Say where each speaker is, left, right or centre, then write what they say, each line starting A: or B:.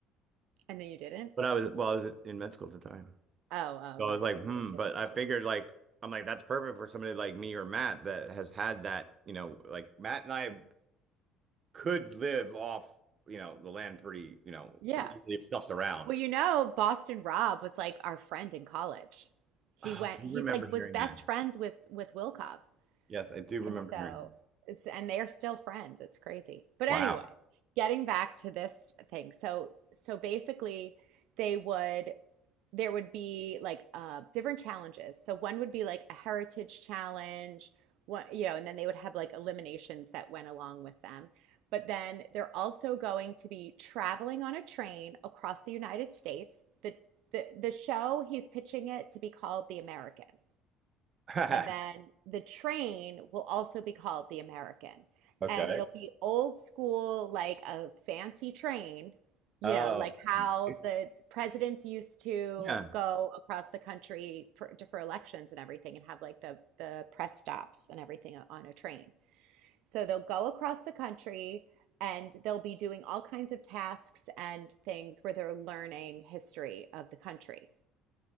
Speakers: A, on the right; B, on the right.
A: And then you didn't?
B: but I was well, I was in med school at the time.
A: Oh, oh
B: So
A: yeah,
B: I was like,
A: that
B: hmm,
A: would have been difficult.
B: but I figured like I'm like that's perfect for somebody like me or Matt that has had that, you know, like Matt and I could live off, you know, the land pretty, you know,
A: Yeah.
B: pretty easily if stuff's around.
A: Well, you
B: <sighs>
A: know, Boston Rob was like our friend in college. He
B: Ah,
A: went,
B: I do
A: he's
B: remember
A: like
B: hearing
A: was best
B: that.
A: friends with with Wilkov.
B: Yes, I do remember
A: And so
B: hearing
A: it's and they're still friends. It's crazy. But
B: Wow.
A: anyway, getting back to this thing. So so basically they would there would be like uh, different challenges. So one would be like a heritage challenge, one, you know, and then they would have like eliminations that went along with them. But then they're also going to be traveling on a train across the United States. The the the show he's pitching it to be called The American.
B: that.
A: And then
B: <laughs>
A: the train will also be called the American.
B: Okay.
A: And it'll be old school, like a fancy train, you
B: Oh,
A: know, like how
B: it's,
A: the presidents used to
B: yeah.
A: go across the country for, for elections and everything and have like the, the press stops and everything on a train. So they'll go across the country and they'll be doing all kinds of tasks and things where they're learning history of the country.